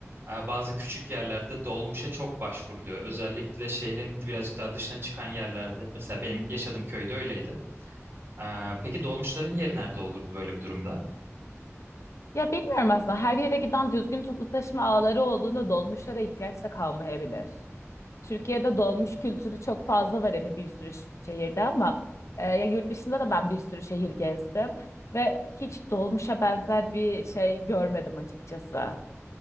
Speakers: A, on the right (about 45°); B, on the left (about 70°).
A: e, bazı küçük yerlerde dolmuşa çok başvuruluyor. Özellikle şehrin birazcık daha dışına çıkan yerlerde. Mesela benim yaşadığım köyde öyleydi. Ee, peki dolmuşların yeri nerede olurdu böyle bir durumda?
B: Ya bilmiyorum aslında her yere giden düzgün toplu taşıma ağları olduğunda dolmuşlara ihtiyaç da kalmayabilir. Türkiye'de dolmuş kültürü çok fazla var hani bir sürü şehirde ama e, ya yurt dışında da ben bir sürü şehir gezdim ve hiç dolmuşa benzer bir şey görmedim açıkçası.